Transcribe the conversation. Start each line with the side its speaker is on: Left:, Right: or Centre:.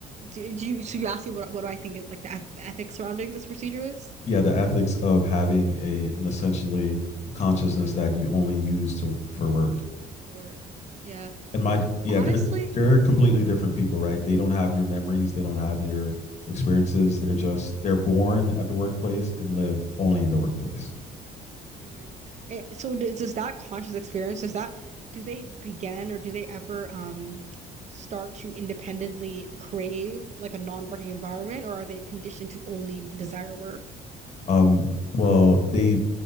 Right: do, do you so you asking what what do I think is like the, eth- ethics surrounding this procedure is?
Left: Yeah, the ethics of having a an essentially a consciousness that you only use to for work
Right: The work. Yeah.
Left: and my yeah
Right: Honestly,
Left: they're they're completely different people right they don't have your memories they don't have your experiences
Right: Mm.
Left: they're just they're born at the workplace and live only in the workplace
Right: Mm. Eh, so does, does that conscious experience, does that do they begin or do they ever um start to independently crave like a non-working environment or are they conditioned to only desire work?
Left: um well they